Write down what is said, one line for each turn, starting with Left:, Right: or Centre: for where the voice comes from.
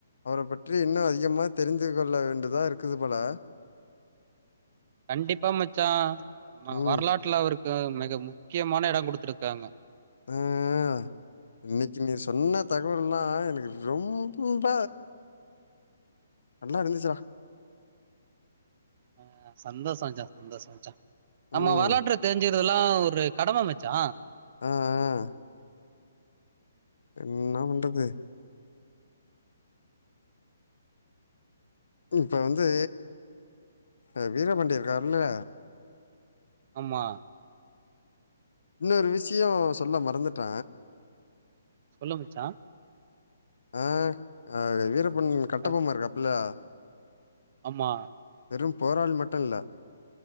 Left: அவர பற்றி இன்னு அதிகமா தெரிஞ்சுக்கொள்ளா வேண்டுதா இருக்குது போல
Right: கண்டிப்பா மச்சா வ
Left: ம்.
Right: வரலாற்றுல அவருக் க மெக முக்கியமான எடொங் குடுத்துருக்காங்க.
Left: ம் ம் இன்னைக்கு நீ சொன்ன தகவல்கலா எனக்கு ரொம்ப நல்லா இருந்துச்சுடா
Right: ஆ சந்தோஷ மச்சா சந்தோஷொ மச்சா நம்ம
Left: ம்.
Right: வரலாற்ற தெரிஞ்சு க்றதெல்லா ஒரு கடம மச்சா
Left: ஆ அ என்னா பண்றது இப்ப வந்து அ வீரபாண்டி இருக்காருல்ல
Right: ஆமா
Left: இன்னோரு விஷ்யொ சொல்ல மறந்துட்ட
Right: சொல்லு மச்சா
Left: ஆ ஆ வீரப்பன் கட்டப்பொம்ம
Right: ஆ,
Left: இருக்காப்புல்ல
Right: ஆமா
Left: வெறும் போராள் மட்டுல்ல